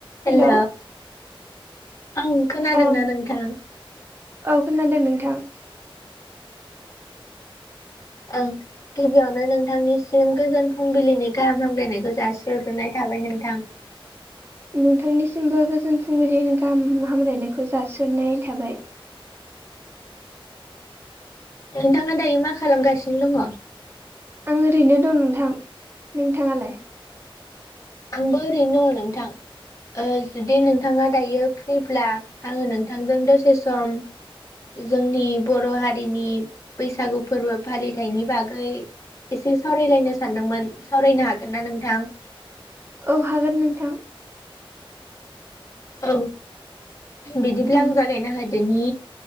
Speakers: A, on the left; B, on the right.
A: हेल'
B: hello
A: ओं खोनादोंना
B: ओं
A: नोंथां?
B: औ खोनादो नोंथां।
A: ओं। गिबियावनो नोंथांनिसिम गोजोन फुंबिलिनि गाहाम हामगलायनायखौ जासिहरग्रोनायखौ थाबाय नोंथां।
B: नोंथांनिसिमबो गोजोन फुंबिलि गाहाम हामलायनायखौ जसिननाय थाबाय।
A: नोंथाङा दायो मा खालामगासिनो दङ।
B: आं ओरैनो दं नोंथां। नोंथाङालाय?
A: आंबो ओरैनो दङ नोंथां। जुदि नोंथाङा दायो फ्रिब्ला आङो नोंथांजों दसे सम जोंनि बर' हारिनि बैसागु फोरबो फालिथायनि बागै एसे सावरायलायनो सानदोंमोन सावरायनो हागोन ना नोंथां
B: औ हागोन नोंथां।
A: औ बिदिब्ला
B: उम
A: आं जागायना होदोनि।